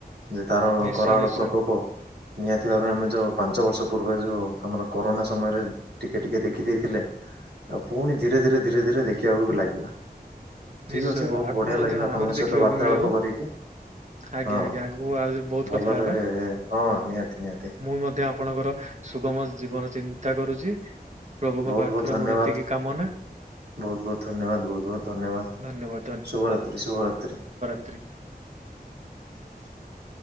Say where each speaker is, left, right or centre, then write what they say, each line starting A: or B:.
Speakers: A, on the right (about 85°); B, on the right (about 45°).
A: ଯେ ତାର
B: ନିଶ୍ଚୟ
A: କରାଳ
B: ନିଶ୍ଚୟ
A: ପ୍ରକୋପ। ନିହାତି ଭାବେ ଆମେ ଯେଉଁ ପାଞ୍ଚ ବର୍ଷ ପୂର୍ବେ ଯେଉଁ ଆମର କରୋନା ସମୟରେ ଟିକେ ଟିକେ ଦେଖି ଦେଇଥିଲେ। ଆଉ ପୁଣି ଧୀରେ ଧୀରେ ଧୀରେ ଧୀରେ ଦେଖିବାକୁ ବି ଲାଗିବା। ଠିକ
B: ନିଶ୍ଚୟ
A: ଅଛି ବହୁତ
B: ଆଗକୁ
A: ବଢିଆ
B: ମଧ୍ୟ
A: ଲାଗିଲା
B: ଆହୁରି
A: ଆପଣଙ୍କ ସହିତ
B: ଦେଖିବାକୁ
A: ବାର୍ତ୍ତାଳାପ
B: ମିଳିବ।
A: କରିକି
B: ଆଜ୍ଞା
A: ହଁ।
B: ଆଜ୍ଞା ଆଗକୁ ଆ ବହୁତ
A: ଭଲରେ
B: କଥା ହେବା।
A: ହଁ ନିହାତି ନିହାତି
B: ମୁଁ ମଧ୍ୟ ଆପଣଙ୍କର ସୁଗମ ଜୀବନ ଚିନ୍ତା କରୁଛି। ପ୍ରଭୁଙ୍କ
A: ବହୁତ
B: ପାଖରେ
A: ବହୁତ ଧନ୍ୟବାଦ।
B: ମୋର ଏତିକି କାମନା।
A: ବହୁତ ବହୁତ ଧନ୍ୟବାଦ। ବହୁତ ବହୁତ ଧନ୍ୟବାଦ।
B: ଧନ୍ୟବାଦ
A: ଶୁଭରାତ୍ରି ଶୁଭରାତ୍ରି।
B: ତ୍ରି <inaudible>